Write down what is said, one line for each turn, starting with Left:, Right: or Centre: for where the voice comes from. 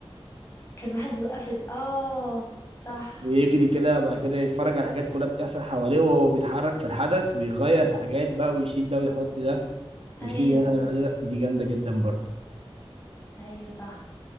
Left: كان واحد بيوقف إز- اه صح
Right: ويجري كده بعد كده يتفرج على الحاجات كلها بتحصل حواليه وهو بيتحرك في الحدث ويغير حاجات بقى ويشيل ده ويحط ده ويشيل
Left: ايوه
Right: هنا ويحط ده دي جامدة جدا برضه
Left: ايوه صح